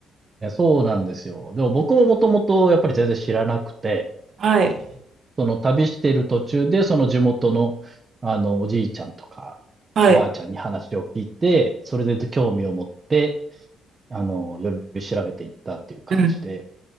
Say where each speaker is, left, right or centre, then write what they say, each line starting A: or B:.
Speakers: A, on the right; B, on the right.
A: そうなんですよ。でも僕ももともとやっぱり全然知らなくて、
B: はい。
A: その旅している途中で、その地元の、あの、おじいちゃんとか、
B: はい。
A: おばあちゃんに話を聞いて、それで興味を持って、あの、より調べていったっていう感じで、
B: うん。